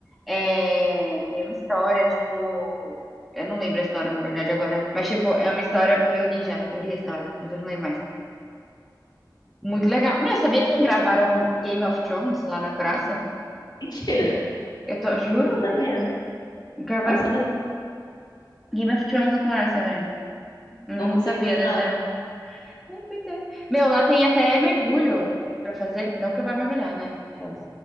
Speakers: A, in the centre; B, on the left (about 70°).
A: É, tem uma história, tipo. Eu não lembro a história, na verdade, agora. Mas, tipo, é uma história que eu li já. Eu li a história, mas eu não lembro mais. Muito legal. Meu, sabia que gravaram Game of Thrones lá na Croácia?
B: Mentira!
A: Eu tô, juro,
B: Não
A: por
B: sabia.
A: Deus. Gravaram
B: Nossa, mas eu
A: Game of Thrones na Croácia, velho. Não
B: não consigo
A: sabia
B: imaginar.
A: dessa. É, pois é. Meu, lá tem até mergulho pra fazer. Não que eu vá mergulhar, né? Aquelas.